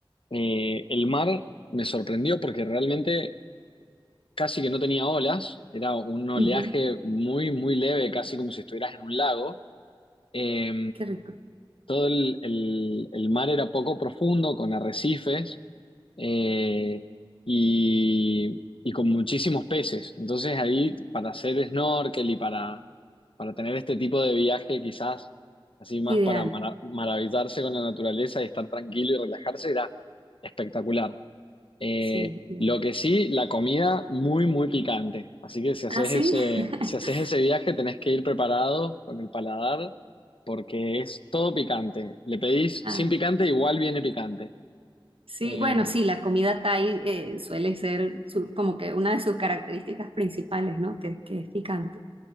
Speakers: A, on the left; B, on the right.
A: eh, el mar me sorprendió porque realmente casi que no tenía olas, era un oleaje
B: ujú,
A: muy, muy leve, casi como si estuvieras en un lago. Eh,
B: Qué rico.
A: todo el, el- el mar era poco profundo, con arrecifes eh, y, y con muchísimos peces. Entonces ahí para hacer snorkel y para, para tener este tipo de viaje quizás, así más
B: Ideal,
A: para mara- maravillarse con la naturaleza y estar tranquilo y relajarse, era espectacular. Eh,
B: sí, ideal.
A: lo que sí, la comida muy, muy picante. Así que si haces
B: Ah, sí.
A: ese,
B: <laughs>
A: si haces ese viaje, tenés que ir preparado con el paladar porque es todo picante. Le pedís
B: Ah,
A: sin picante, igual viene picante.
B: sí,
A: Eh,
B: bueno, sí, la comida Thai eh, suele ser su- como que una de sus características principales, ¿no? Que, que es picante.